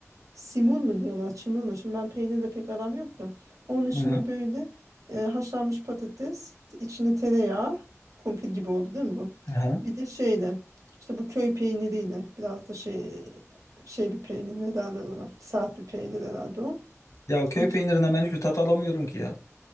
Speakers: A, on the right; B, on the left.
A: Simul mu diyorlar, çimul mu? Şimdi ben peynirle pek aram yoktu. Onun içine
B: Hı hı.
A: böyle e, haşlanmış patates, t- içine tereyağı, kumpir gibi oldu değil mi bu?
B: Aha.
A: Bir de şeyle, işte bu köy peyniriyle, biraz da şey şey bir peynir, ne derler ona? Sert bir peynir herhalde o.
B: Ya köy
A: İç,
B: peynirinden ben hiçbir tat alamıyorum ki ya.